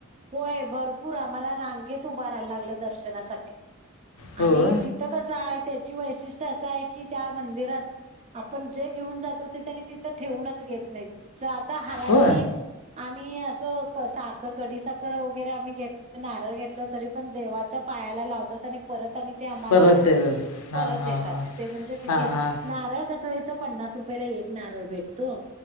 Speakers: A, on the right; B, on the left.
A: होय भरपूर आम्हाला रांगेत उभारायला लागलं दर्शनासाठी.
B: हो
A: आणि तिथं कसं आहे त्याची वैशिष्ट्य असं आहे की त्या मंदिरात. आपण जे घेऊन जातो ते त्यांनी तिथं ठेवूनच घेत नाहीत. हराठी
B: हो
A: आणि असं कसा खडीसाखर वगैरे आम्ही घेत नारळ घेतलं तरी पण देवाच्या पायाला लावतात आणि परत आणि ते आम्हाला
B: परत देतात हां
A: परत
B: हां
A: देतात.
B: हां
A: ते म्हणजे किती
B: हां हां
A: नारळ कसा हाय ती तर पन्नास रुपयाला एक नारळ भेटतो.